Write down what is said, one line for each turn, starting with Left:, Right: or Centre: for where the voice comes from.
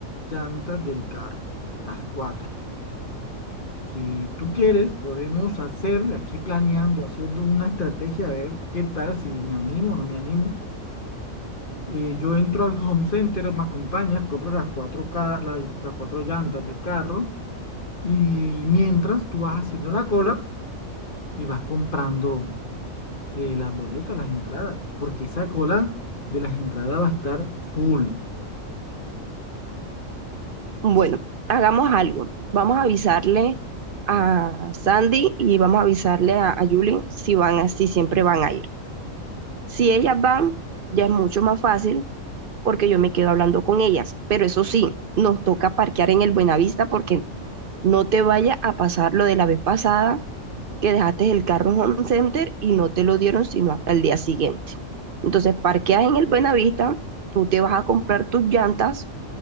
Left: llantas del carro, las cuatro. Si tú quieres, podemos hacer aquí planeando, haciendo una estrategia, a ver qué tal, si me animo o no me animo. Eh, yo entro al home center, me acompañas, compro las cuatro, ca- la- las cuatro llantas del carro y mientras tú vas haciendo la cola y vas comprando eh, las boletas, las entradas, porque esa cola de las entradas va a estar full.
Right: Bueno, hagamos algo. Vamos a avisarle a Sandy y vamos a avisarle a, a Julie si van así, siempre van a ir. Si ellas van, ya es mucho más fácil porque yo me quedo hablando con ellas. Pero eso sí, nos toca parquear en el Buenavista porque no te vaya a pasar lo de la vez pasada que dejaste el carro en Home Center y no te lo dieron sino hasta el día siguiente. Entonces parqueas en el Buenavista, tú te vas a comprar tus llantas,